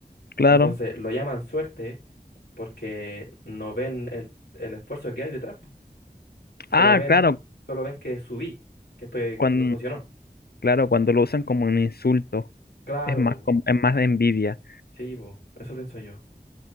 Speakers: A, on the left; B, on the left.
A: Claro.
B: Entonces lo llaman suerte porque no ven el, el esfuerzo que hay detrás. po. Solo
A: Ah,
B: ven,
A: claro,
B: solo ven que subí, que estoy,
A: cuando,
B: que me funcionó.
A: claro, cuando lo usan como un insulto,
B: Claro,
A: es más, como, es más de envidia.
B: sí, bo, eso pienso yo.